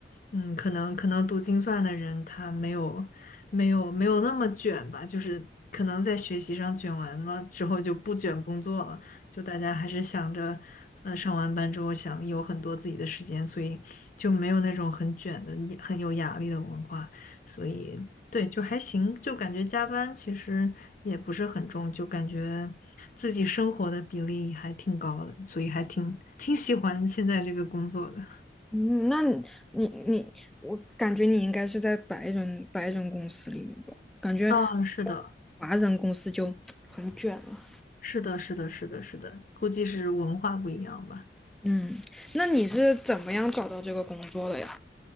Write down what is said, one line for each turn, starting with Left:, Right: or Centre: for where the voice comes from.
Left: 嗯，可能可能读精算的人他没有没有没有那么卷吧，就是可能在学习上卷完了之后就不卷工作了，就大家还是想着，呃，上完班之后想有很多自己的时间，所以就没有那种很卷的、很有压力的文化。所以对，就还行，就感觉加班其实也不是很重，就感觉自己生活的比例还挺高的，所以还挺挺喜欢现在这个工作的。
Centre: 嗯，那你你，我感觉你应该是在白人白人公司里面吧？感觉
Left: 啊，是的，
Centre: 华人公司就很卷了。
Left: 是的，是的，是的，是的，估计是文化不一样吧。
Centre: 嗯，那你是怎么样找到这个工作的呀？